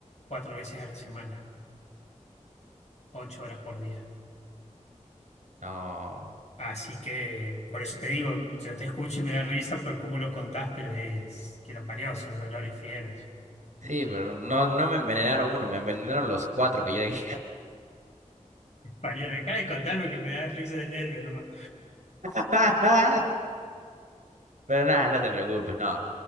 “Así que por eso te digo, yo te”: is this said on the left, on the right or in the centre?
Left